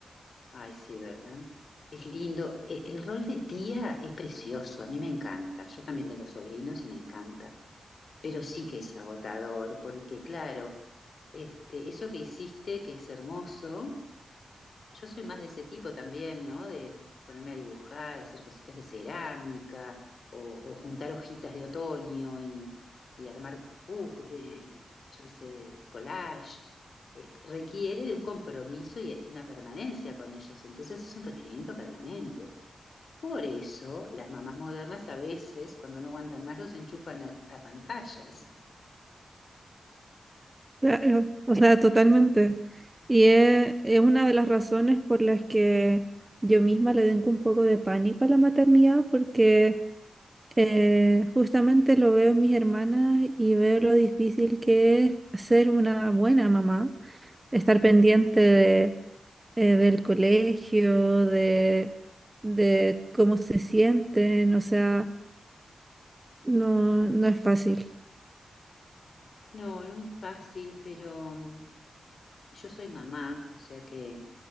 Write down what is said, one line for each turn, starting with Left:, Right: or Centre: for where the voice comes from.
Left: Ay, sí, ¿verdad? Es lindo. E- El, rol de tía es precioso, a mí me encanta. Yo también tengo sobrinos y me encanta. Pero sí que es agotador, porque claro, este, eso que hiciste, que es hermoso, Yo soy más de ese tipo también, ¿no? De ponerme a dibujar, hacer cositas de cerámica o, o juntar hojitas de otoño y, y armar, puz- eh, yo qué sé, collage. Eh, requiere de un compromiso y es una permanencia con ellos, entonces es un requerimiento permanente. Por eso las mamás modernas a veces, cuando no aguantan más, los enchufan a, a pantallas.
Right: Claro, o sea, totalmente. Y es, es una de las razones por las que yo misma le tengo un poco de pánico a la maternidad, porque eh, justamente lo veo en mis hermanas y veo lo difícil que es ser una buena mamá, estar pendiente de, eh, del colegio, de, de cómo se sienten, o sea, no, no es fácil.
Left: No, no es fácil, pero mm, yo soy mamá, o sea que